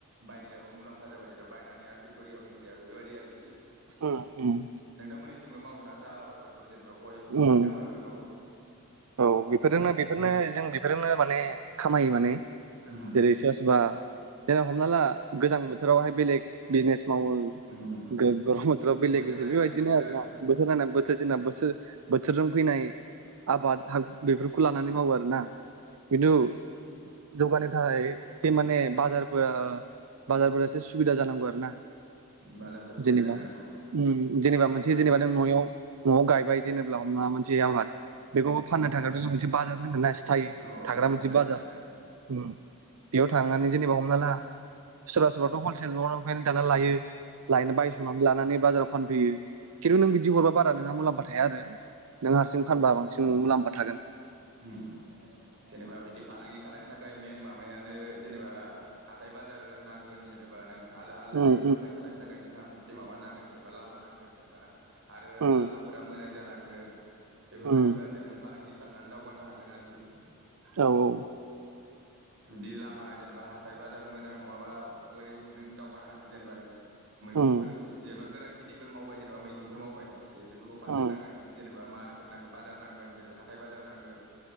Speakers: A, on the right; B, on the right.
A: बायग्रायाबो मुलाम्फा जाबाय जेनबा बायनानै आरो फेक्ट'रियाव हैग्रायाबो बेबायदि आरोखि।
B: ओम ओम
A: नोंथांमोननिथिंबो मावो ना साह आबादफोरखौ जेनेबा गय
B: उम
A: आबादफोरखौ <inaudible>
B: औ बेफोरजोंनो बेफोरनो जों बेफोरनो माने खामायो माने
A: उम
B: जेरै सायासुबा जेराव हमना ला गोजां बोथोरावहाय बेलेग बिजनेस मावो
A: उम
B: गो गरम बोथोराव बेलेग
A: बोथोर
B: बेेजे
A: नायनानै
B: बेबायदिनो
A: बोथोर
B: आरोना
A: आरोखि
B: बोथोर नायनाय बोथोर जोंना बोसो बोथोरजों फैनाय आबाद <unintelligible> बेखौ लानानै मावो आरो ना खिनु जौगानो थाखाय एसे माने बाजारफोरा बाजारफोरा एसे सुबिदा जानांगौ आरो ना
A: बाजारफ्रा सुबिदा
B: जेनेबा
A: जानांगौ
B: उम जेनेबा मोनसे
A: आरो
B: जेनेबा नों न'याव न'आव गायबाय जेनेब्ला हमना मोनसे आबाद बेखौ फान <unintelligible> मोनसे बाजार नांगोना सिथाय
A: अ
B: थाग्रा
A: मार्केट
B: मोनसे
A: नांगोन
B: बाजार ओम बेयाव थांनानै जेनेबा हमना ला सोरबा सोरबाथ' हलसेल न' दाना लायो लायना बायस'नानै लानानै बाजाराव फानफैयो खिन्थु नों बिदि हरबा बारा नोंहा मुलाम्फा थाया आरो नों हारसिं फानबा बांसिन मुलाम थागोन
A: उम जेनेबा बिदि फालांगि खालायनो थाखाय मेन मामायानो जेनेबा हाथाय बाजार नांगोन जेनेबा नों आलदा आलदा
B: उम
A: जायगायाव साप्लाय खालामायनो थाखाय नोंहा मोन से माबा नांगोन जेनेबा लामा नांगोन जेनेबा। आरो
B: उम
A: लामाफोरा मोजां जानां गोन। बेफोरबायदिबासो
B: उम
A: नों फालांगि खाला दावगानो हागोन आरोखि।
B: औ औ।
A: जुदि लामा जेनेबा हाथाय बाजार मोजां नङाबा बोरै नों दावगानो हानो जेनेबा नों। मैगंफोर
B: उम
A: जेनेबा गोरान खेथिफोर मावबाय जेनेबा मैगंफोर मावबाय नों जे बेफोरखौ फाननो
B: उम
A: थाखाय नों जेने बा मार्केट नांगोन बाजार नांगोन जेनेबा हाथाय बाजार नां गोन।